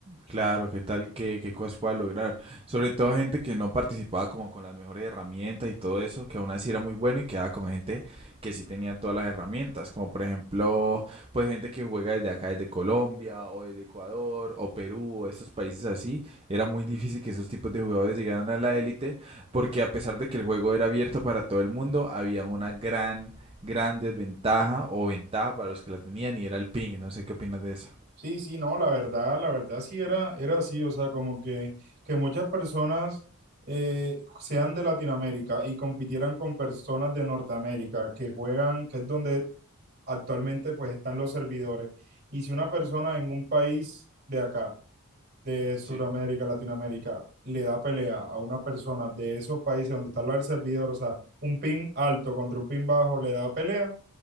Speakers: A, on the right; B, on the right.
A: Claro, qué tal, qué, qué cosas pueda lograr. Sobre todo gente que no participaba como con las mejores herramientas y todo eso, que aún así era muy bueno y quedaba con gente que sí tenía todas las herramientas, como por ejemplo, pues gente que juega desde acá, desde Colombia o desde Ecuador o Perú o estos países así. Era muy difícil que esos tipos de jugadores llegaran a la élite porque a pesar de que el juego era abierto para todo el mundo, había una gran, gran desventaja o ventaja para los que la tenían y era el ping. No sé qué opinas de eso.
B: Sí, sí, no, la verdad, la verdad sí era, era así, o sea, como que, que muchas personas eh, sean de Latinoamérica y compitieran con personas de Norteamérica que juegan, que es donde actualmente pues están los servidores. Y si una persona en un país de acá de Sudamérica,
A: Sí,
B: Latinoamérica, le da pelea a una persona de esos países donde está el servidor, o sea, un pin alto contra un pin bajo le da pelea,